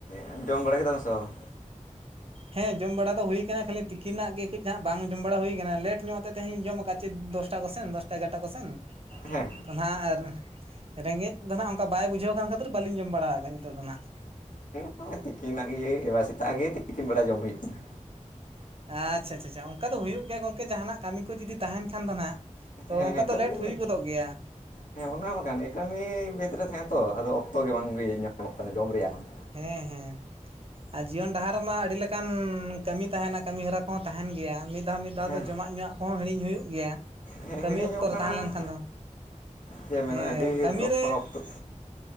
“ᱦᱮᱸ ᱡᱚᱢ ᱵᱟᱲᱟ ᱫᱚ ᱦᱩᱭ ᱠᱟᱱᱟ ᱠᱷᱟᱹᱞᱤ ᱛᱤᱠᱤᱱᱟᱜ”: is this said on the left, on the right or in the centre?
Right